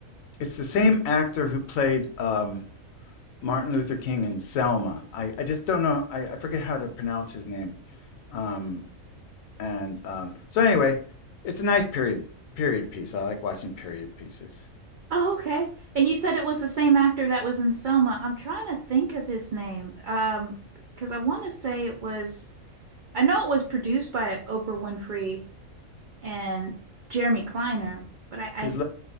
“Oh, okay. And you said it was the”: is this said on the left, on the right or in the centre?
Right